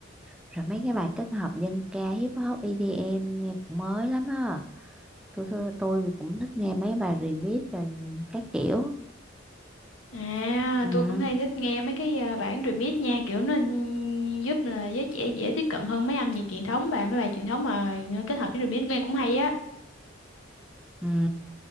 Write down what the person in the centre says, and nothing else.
Rồi mấy cái bài kết hợp dân ca, hip hop, EDM nghe cũng mới lắm á. Tôi, tôi, tôi cũng thích nghe mấy bài remix rồi các kiểu.
Ừ,
ừ.